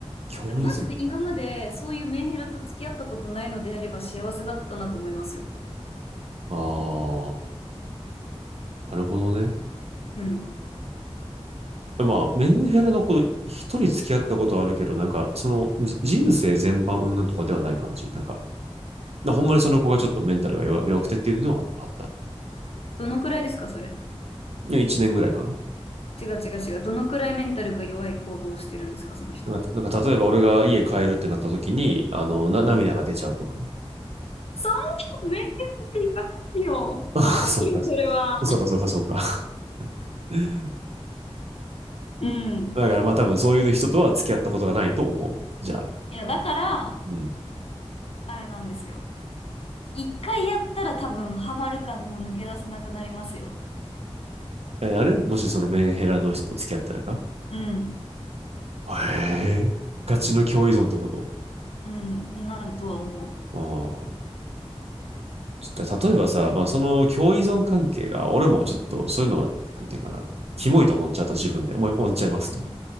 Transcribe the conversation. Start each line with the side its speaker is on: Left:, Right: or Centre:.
Right: 教依存か。
Left: だマジで今までそういうメンヘラと付き合ったことないのであれば幸せだったなと思いますよ。
Right: ああ。なるほどね。
Left: うん。
Right: まあ、メンヘラの子、一人付き合ったことはあるけど、なんか、その、じ人生全般云々とかではない感じ。なんか、なほんまにその子がちょっとメンタルが弱弱くてっていうのはあった。
Left: どのくらいですか、それ。
Right: 1年ぐらいかな。ん
Left: 違う違う違う。どのくらいメンタルが弱い行動をしてるんですか、その人は。
Right: なんか、なんか例えば俺が家帰るってなった時に、あの、な、
Left: うん。
Right: 涙が出ちゃうとかね。
Left: そんなメンヘラって言いますよ。
Right: <laughs> あそうか。
Left: 甘いよ、それは。
Right: そうか、そうか、そうか。<laughs>
Left: うん。
Right: だからまあ多分そういう人とは付き合ったことがないと思う。じゃあ。
Left: いや、だから、
Right: うん。
Left: あれなんですよ。一回やったら多分ハマるかもう抜け出せなくなりますよ。
Right: えあれもしそのメンヘラの人と付き合ったらか
Left: うん。
Right: へえ。ガチの共依存ってこと
Left: うん。になるとは思
Right: ああ。例えばさ、まあ、その共依存関係が、俺もちょっとそういうのは、なんていうかな、キモいと思っちゃうと自分で思っちゃいますと。
Left: う。